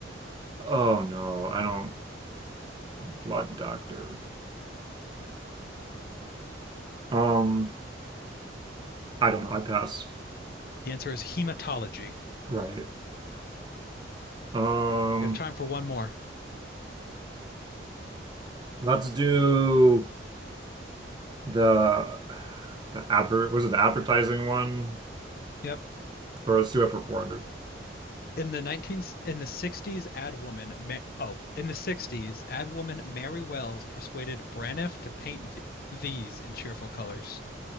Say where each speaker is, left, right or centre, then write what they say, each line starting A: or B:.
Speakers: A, on the right; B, on the left.
A: Oh no, I don't blood doctor. Um, I don't know. I pass.
B: The answer is hematology.
A: Right. Um,
B: We have time for one more.
A: let's do the the advert. Was it the advertising one?
B: Yep.
A: For let's do it for 400.
B: In the nineteen in the 60s, ad woman, Ma oh, in the 60s, ad woman Mary Wells persuaded Braniff to paint th these in cheerful colors.